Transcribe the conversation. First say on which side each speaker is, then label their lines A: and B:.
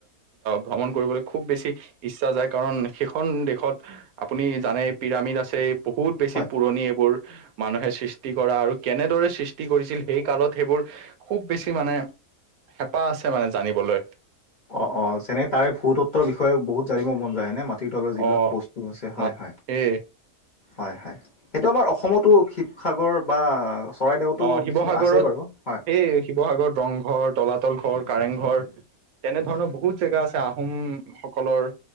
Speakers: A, on the right (about 75°); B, on the left (about 45°).
A: ভ্ৰমণ কৰিবলৈ খুব বেছি ইচ্ছা যায় কাৰণ, সেইখন দেশত আপুনি জানে পিৰামিড আছে বহুত বেছি
B: হয়।
A: পুৰণি এইবোৰ, মানুহে সৃষ্টি কৰা আৰু, কেনেদৰে সৃষ্টি কৰিছিল সেই কালত সেইবোৰ খুব বেছি মানে, হেপাহ আছে মানে জানিবলৈ।
B: অহ', অহ' যেনে তাৰে ভূতত্বৰ বিষয়ে বহুত জানিব মন যায় নে মা মাটিৰ তলৰ যিবিলাক
A: অ
B: বস্তু আছে। হয়,
A: মাত
B: হয়।
A: এই
B: হয়, হয়। সেইটো আমাৰ অসমতো শিৱসাগৰ বা চৰাইদেউতো
A: অহ' শিৱসাগৰত
B: কিছুমান আছে বাৰু হয়।
A: সেই শিৱসাগৰত ৰংঘৰ তলাত তল ঘৰ, কাৰেংঘৰ, তেনেধৰণৰ
B: হয়।
A: বহুত জেগা আছে আহোম সকলৰ।